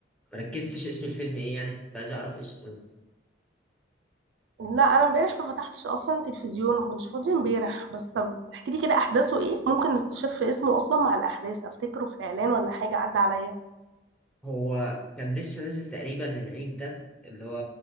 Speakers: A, in the centre; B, on the right (about 70°).
A: مركزتش اسم الفيلم ايه يعني كنت عايز اعرف اسمه إيه.
B: لا انا امبارح ما فتحتش اصلا تلفزيون ما كنتش فاضيه امبارح بس طب احكي لي كده احداثه ايه ممكن نستشف اسمه اصلا مع الاحداث افتكره في اعلان ولا حاجه عدى عليا
A: هو كان لسه نازل تقريبا العيد ده اللي هو